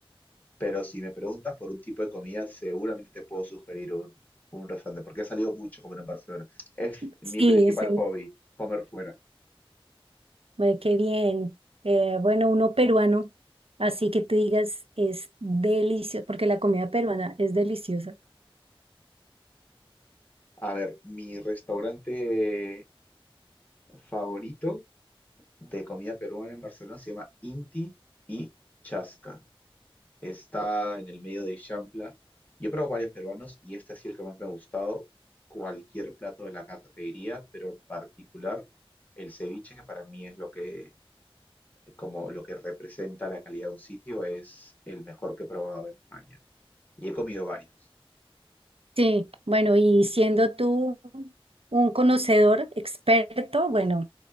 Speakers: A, on the left; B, on the right.
A: Pero si me preguntas por un tipo de comida, seguramente te puedo sugerir un, un restaurante, porque he salido mucho a comer en Barcelona. Es mi
B: Sí,
A: principal
B: es en...
A: hobby, comer fuera.
B: Ay, qué bien. Eh, bueno, uno peruano, así que tú digas, es delicioso, porque la comida peruana es deliciosa.
A: A ver, mi restaurante favorito de comida peruana en Barcelona se llama Inti y Chasca. Está en el medio de Ixampla. Yo he probado varios peruanos y este ha sido el que más me ha gustado. Cualquier plato de la carta te diría, pero en particular el ceviche, que para mí es lo que, como lo que representa la calidad de un sitio, es el mejor que he probado en España. Y he comido varios.
B: Sí, bueno, y siendo tú un conocedor experto, bueno,